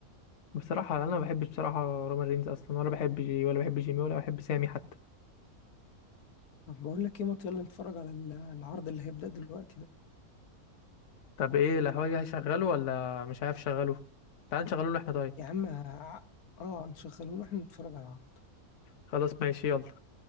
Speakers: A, on the left; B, on the left.
A: بصراحة أنا ما بحبش بصراحة رومان رينز أصلا ولا بحب جي ولا بحب جيمي ولا بحب سامي حتى
B: طب بقول لك ايه مات يلا نتفرج على ال- العرض اللي هيبدأ دلوقتي ده
A: طب ايه الهواجة هشغله ولا مش عارف شغله تعال نشغله له احنا طيب
B: يا عم ه- اه نشغله له احنا نتفرج على العرض
A: خلاص ماشي يلا